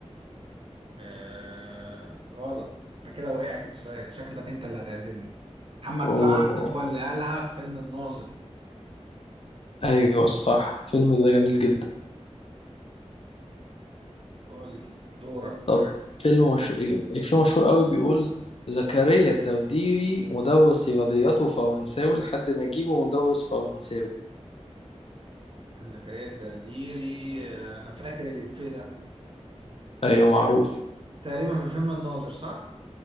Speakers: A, on the right; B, on the left.
A: آه غلط انت كده وقعت في سؤال شكلك انت اللي هتعزمني محمد
B: أوه.
A: سعد هو اللي قالها في فيلم الناظر
B: ايوه صح فيلم ده جميل جدا
A: قول لي دورك
B: طب فيلم مش... فيلم مشهور قوي بيقول زكريا الدوديبي مدرس رياضيات وفرنساوي لحد ما يجيبه مدرس فرنساوي
A: زكريا الدرديري آه انا فاكر الإفيه ده
B: ايوه معروف
A: تقريبا في فيلم الناظر صح